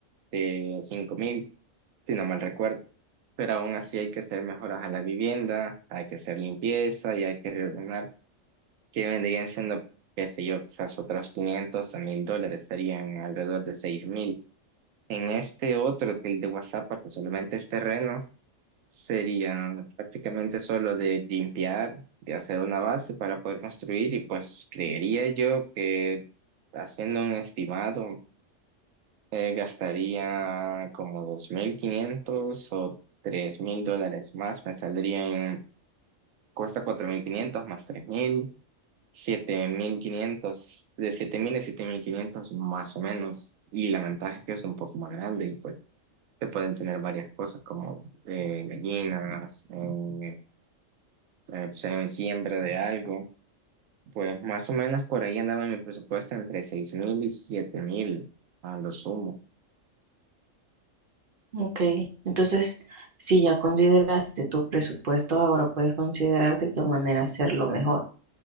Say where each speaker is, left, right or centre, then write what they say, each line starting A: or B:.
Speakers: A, on the right (about 85°); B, on the right (about 50°).
A: de cinco mil, si no mal recuerdo. Pero aún así hay que hacer mejoras a la vivienda, hay que hacer limpieza y hay que reordenar, que vendrían siendo, qué sé yo, quizás otros 500 a 1000 dólares, serían alrededor de seis mil. En este otro, que el de WhatsApp, que solamente es terreno, sería prácticamente solo de limpiar, de hacer una base para poder construir y pues creería yo que haciendo un estimado eh, gastaría como 2.500 o 3.000 dólares más, me saldrían, cuesta 4.500 más tres mil siete mil quinientos de 7.000 a 7.500 más o menos. Y la ventaja es que es un poco más grande y pues se pueden tener varias cosas como eh, gallinas, eh, eh, pues, en siembra de algo. Pues más o menos por ahí andaba mi presupuesto entre seis mil y siete mil a lo sumo.
B: Ok, entonces, si ya consideraste tu presupuesto, ahora puedes considerar de qué manera hacerlo mejor.